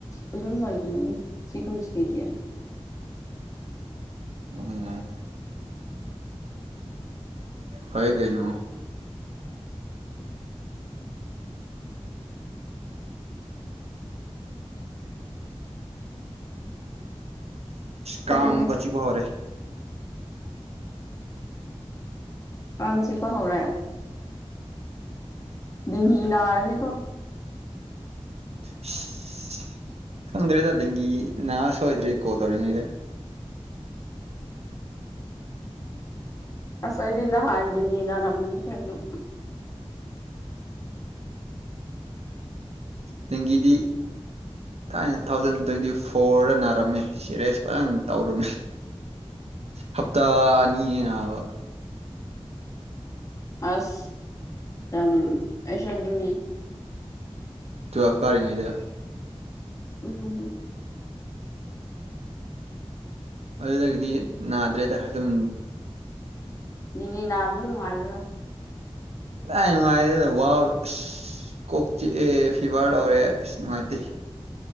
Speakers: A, on the left (about 30°); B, on the right (about 75°).
A: ꯑꯗꯨꯝ ꯂꯏꯒꯅꯤ ꯁꯤꯒꯨꯝ ꯁꯤꯗꯤ
B: ꯎꯝ ꯐꯌꯦ ꯀꯩꯅꯣ ꯀꯥ
A: ꯐꯠꯇꯦꯍꯦ
B: ꯑꯃꯨꯛꯀ ꯆꯤꯛꯄ ꯍꯧꯔꯦ
A: ꯀꯥꯡ ꯆꯤꯞꯄ ꯍꯧꯔꯦ ꯗꯤꯡꯒꯤ ꯅꯥꯔꯔꯤꯅꯤꯀꯣ
B: <inaudible> ꯈꯪꯗꯔꯦꯗ ꯗꯦꯡꯒꯤ ꯅꯥꯁꯨꯣꯏꯗ꯭ꯔꯤ ꯀꯣꯜ ꯇꯧꯔꯤꯉꯗꯦ
A: ꯑꯁꯗꯤ ꯅ ꯍꯥꯥꯟ ꯗꯤꯡꯒꯤ ꯅꯥꯔꯝꯕꯅꯤ ꯀꯩꯅꯣ
B: ꯇꯤꯡꯒꯤꯗꯤ ꯊꯥꯏꯅ ꯊꯥꯎꯖꯟ ꯇ꯭ꯋꯦꯟꯇꯤ ꯐꯣꯔꯗ ꯅꯥꯔꯝꯃꯤ ꯁꯦꯔꯦꯁ ꯐꯖꯅ ꯇꯧꯔꯝꯃꯤ ꯍꯞꯇꯥ ꯑꯅꯤꯌꯦ ꯑꯕ
A: ꯑꯁ ꯌꯥꯝ ꯑꯩꯁꯨ ꯑꯗꯨꯅꯤ
B: ꯇꯋꯦꯜ ꯀꯥꯔꯤ ꯉꯩꯏ ꯗ
A: ꯎꯝ
B: ꯑꯗꯨꯗꯒꯤꯗꯤ ꯅꯥꯗ꯭ꯔꯦꯗ ꯑꯗꯨꯝ
A: ꯗꯤꯡꯒꯤ ꯅꯥꯕꯗꯨ ꯅꯨꯡꯉꯥꯏꯕ꯭ꯔꯥ
B: ꯀꯔꯥꯏ ꯅꯨꯡꯉꯥꯏꯒꯗꯔ꯭ ꯋꯥ ꯑꯁ ꯀꯣꯛ ꯆꯤꯛꯦ ꯐꯤꯚꯔ ꯂꯧꯔꯦ ꯑꯁ ꯅꯨꯡꯉꯥꯏꯇꯦ